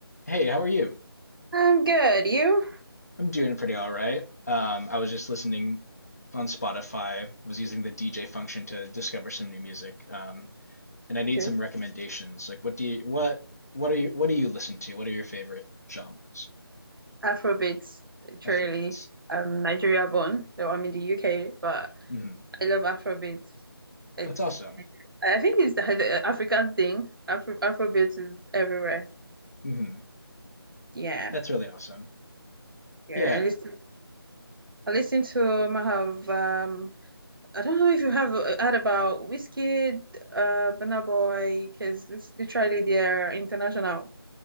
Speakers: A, on the left; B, on the right.
A: Hey, how are you?
B: I'm good. You?
A: I'm doing pretty all right. Um, I was just listening on Spotify, was using the DJ function to discover some new music. Um, and I need
B: Okay.
A: some recommendations. Like what do you what what are you what do you listen to? What are your favorite genres?
B: Afrobeats, literally.
A: Afrobeats.
B: I'm Nigeria born, though I'm in the UK, but
A: Mm-hmm.
B: I love Afrobeats. It's,
A: That's awesome.
B: I think it's the, the African thing. Afro, Afrobeats is everywhere.
A: Mm-hmm.
B: Yeah.
A: That's really awesome.
B: Yeah.
A: Yeah.
B: I listen, I listen to, um, I have, um, I don't know if you have uh, heard about Wizkid, uh, Burna Boy, because literally they're international.